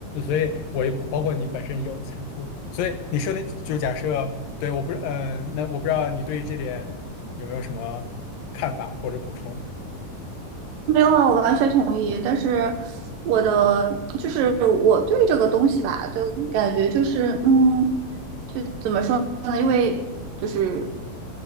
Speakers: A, on the left (about 80°); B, on the right (about 75°).
A: 所以我也包括你本身已有的财富，所以你设定就假设，对，我不知，嗯、那我不知道你对于这点有没有什么看法或者补充？
B: 没有啊，我完全同意。但是我的就是我对这个东西吧，就感觉就是嗯，就怎么说呢？因为就是